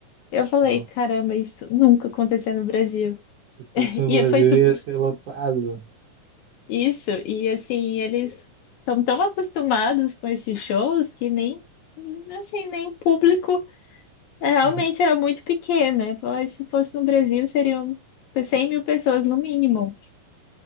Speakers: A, on the left; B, on the right.
A: Eu falei,
B: Nossa.
A: caramba, isso nunca aconteceu no Brasil.
B: Se fosse no
A: E
B: Brasil,
A: foi su-
B: ia ser lotado.
A: isso, e assim, eles são tão acostumados com esses shows que nem, assim, nem o público é, realmente
B: <laughs>
A: era muito pequeno. Eu falei, se fosse no Brasil, seriam 100 mil pessoas no mínimo.